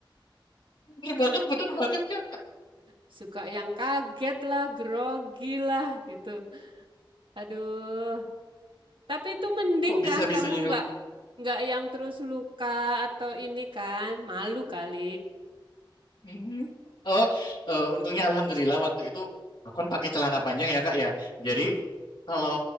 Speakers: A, on the left; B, on the right.
A: bener banget bener banget kak
B: Suka yang kaget lah, grogi lah gitu. Aduh, tapi itu mending
A: kok bisa-bisanya
B: kan kamu nggak nggak yang terus luka atau ini kan malu kali.
A: <laughs> Hmm. Oh, eh, untungnya alhamdulillah waktu itu aku kan pakai celana panjang ya Kak ya. Jadi
B: Hmm.
A: kalau